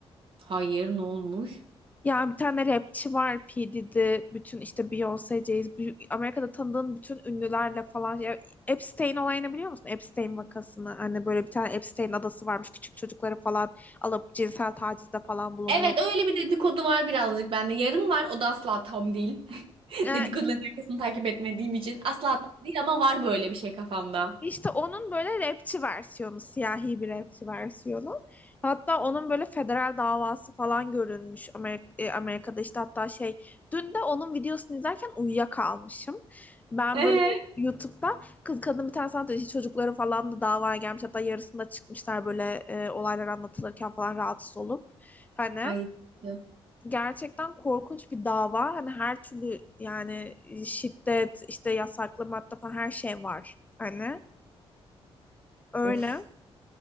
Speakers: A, on the right (about 60°); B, on the left (about 15°).
A: Hayır ne olmuş?
B: Ya bir tane rapçi var P. Diddy. Bütün işte Beyoncé, Jay-Z. büyük- Amerika'da tanıdığın bütün ünlülerle falan. Ya Epstein olayını biliyor musun? Epstein vakasını. Hani böyle bir tane Epstein adası varmış. Küçük çocukları falan alıp cinsel tacizde falan bulunuyor.
A: Evet öyle bir dedikodu var birazcık bende. Yarım var o da asla tam değil. <laughs>
B: Ee,
A: Dedikoduların arkasını takip etmediğim için asla tam değil ama var böyle bir şey kafamda.
B: İşte onun böyle rapçi versiyonu, siyahi bir rapçi versiyonu. Hatta onun böyle federal davası falan görülmüş Amerika, e, Amerika'da işte hatta şey dün de onun videosunu izlerken uyuyakalmışım. Ben
A: Ee?
B: böyle YouTube'da kız kadın bir tane sanat işi çocukları falan da davaya gelmiş hatta yarısında çıkmışlar böyle e, olaylar anlatılırken falan rahatsız olup hani
A: Ay. işte.
B: gerçekten korkunç bir dava hani her türlü yani e, şiddet işte yasaklı madde falan her şey var hani öyle.
A: Of.